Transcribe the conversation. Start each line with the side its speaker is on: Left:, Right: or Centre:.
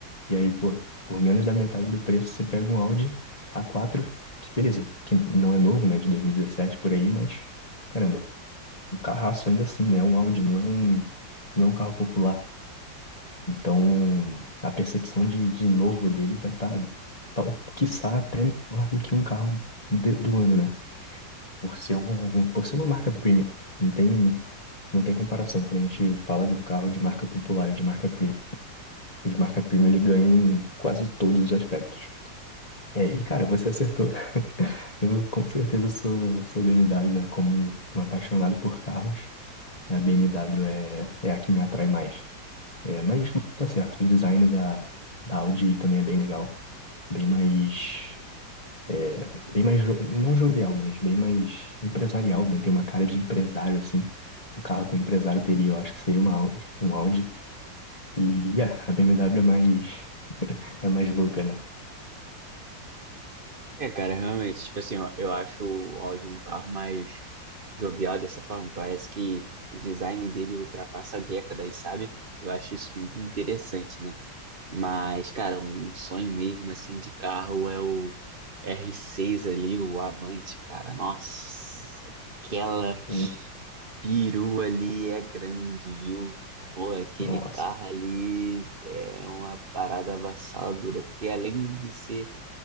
Left: E aí, pô, por menos da metade do preço, você pega um Audi A4, que beleza, que não é novo, né, de 2017 por aí, mas caramba, um carraço ainda assim, né? Um Audi não é um, não é um carro popular. Então, a percepção de, de novo dele vai estar, tá, tá, quiçá, até melhor do que um carro de- do ano, né? Por ser um, um, por ser uma marca premium. Não tem, não tem comparação. Quando a gente fala de um carro de marca popular ou de marca premium, o de marca premium ele ganha em quase todos os aspectos. É, e cara, você acertou. <laughs> Eu com certeza sou, sou BMW, né? Como um, um apaixonado por carros, a BMW é, é a que me atrai mais. É, mas tá certo. O design da, da Audi também é bem legal. Bem mais. É, bem mais. jo- Não jovial, mas bem mais empresarial, né? Tem uma cara de empresário, assim. Um carro que um empresário teria, eu acho que seria uma Audi, um Audi. E yeah, a BMW é mais. É mais louca, né?
Right: É, cara, realmente, tipo assim, ó, eu acho o Audi um carro mais jovial dessa forma, parece que o design dele ultrapassa décadas, sabe? Eu acho isso muito interessante, né? Mas, cara, um sonho mesmo assim de carro é o r seis ali, o Avante, cara. Nossa, aquela
Left: Hum,
Right: perua ali é grande, viu? Pô, aquele
Left: Nossa.
Right: carro ali é uma parada avassaladora, porque além de ser